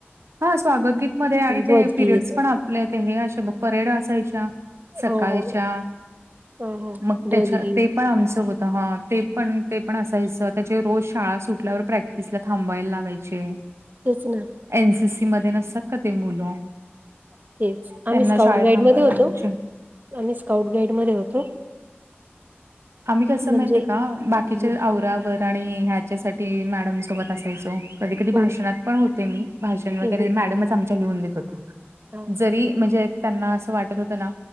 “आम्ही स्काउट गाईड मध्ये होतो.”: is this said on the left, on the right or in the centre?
Right